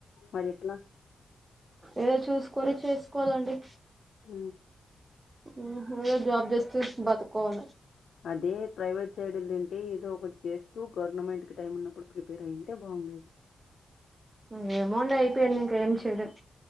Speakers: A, on the left; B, on the right.
A: మరి ఎట్లా
B: ఏదో చూసుకొని చేసుకోవాలండి
A: ఊ
B: ఊహు ఇగ జాబ్ జేస్తూ బతుకోవాలే
A: అదే ప్రైవేట్ సైడ్ ఎల్లుంటే ఏదో ఒకటి చేస్తూ గవర్నమెంట్ కి టైం ఉన్నప్పుడు ప్రిపేర్ అయింటే బాగుంది ఉన్నది
B: ఊ ఏమో అండి అయిపోయింది ఇంకా ఏం చేయలేం